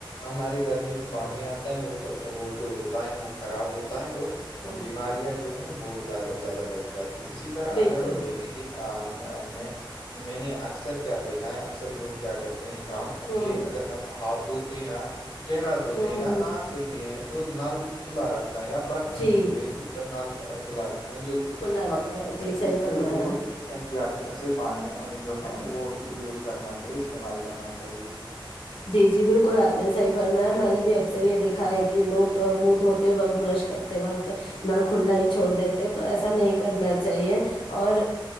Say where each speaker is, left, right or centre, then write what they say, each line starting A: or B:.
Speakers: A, on the left; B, on the left.
A: ہمارے گھر میں جو پانی آتا ہے وہ وہ جو ہوتا ہے وہ خراب ہوتا ہے اور
B: ہوں
A: بیماریاں جو ہیں بہت زیادہ بڑھ جاتی ہیں اسی طرح
B: بالکل
A: اگر ہم دیکھیں گے ا میں میں نے اکثر کیا دیکھا ہے اکثر لوگ کیا کرتے کام یہ
B: ہوں
A: اگر ہم ہاتھ دھوتے ہیں یا چہرہ دھوتے
B: ہوں
A: ہیں یا
B: ہوں
A: نہ بھی ہیں تو نل کھلا رکھتا ہے یا برتن
B: جی
A: دھوتے ہیں تو نل کھلا رکھتا ہے جو
B: کھلا
A: ہمیں
B: رکھتے ہیں، جی صحیح
A: اس
B: فرمایا
A: پہ بہت احتیاط سے پانی جو ہے وہ یوز کرنا چاہیے استعمال کرنا چاہیے
B: جی جی بالکل آپ نے صحیح فرمایا میں نے بھی اکثر یہ دیکھا ہے کہ لوگ مہ دھوتے وقت برش کرتے وقت نل کلا ہی چھوڑ دیتے تو ایسا نہیں کرنا چاہیے اور